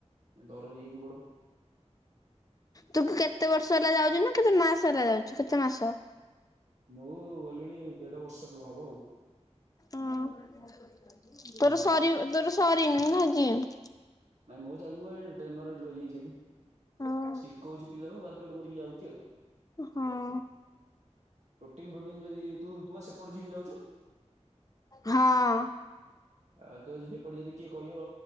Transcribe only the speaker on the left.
ତୁ କୁ କେତେ ବର୍ଷ ହେଲା ଯାଉଛୁ ନା କେତେ ମାସ ହେଲା ଯାଉଛୁ କେତେ ମାସ?
ହଁ ତୋର
ସରିବ ତୋର ସରିନି ନା ଜିମ୍?
ହଁ
ହଁ।
ହଁ।